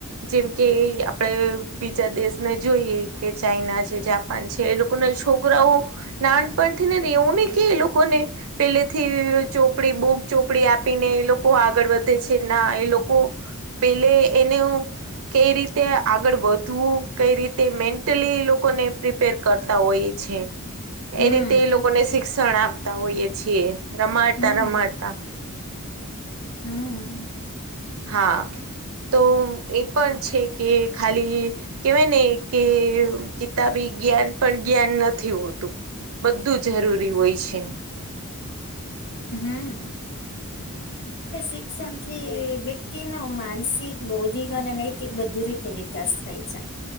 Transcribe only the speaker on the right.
જેમ કે એ આપણેે બીજા દેશને જોઈએ કે ચાઈના છે જે છે એ લોકો ના છોકરાઓ નાનપણથી ને રેવું ને કે એ લોકોને પેલેથી ચોપડી બૂગ ચોપડી આપીને એ લોકો આગળ વધે છે ના એ લોકો પેલે એનું કઈ રીતે આગળ વધવું, કઈ રીતે મેન્ટલી લોકોને પ્ર કરતા હોઈએ છે.
એ રીતે એ લોકોને શિક્ષણ આપતા હોઈએ છીએ. રમા આતા
રમાતા,
હા! તો એ પણ છે કે ખાલી કેવાય ને કે કિતાબી જ્ઞાન પણ જ્ઞાન નથી હોતું. બધું જરૂરી હોય છે.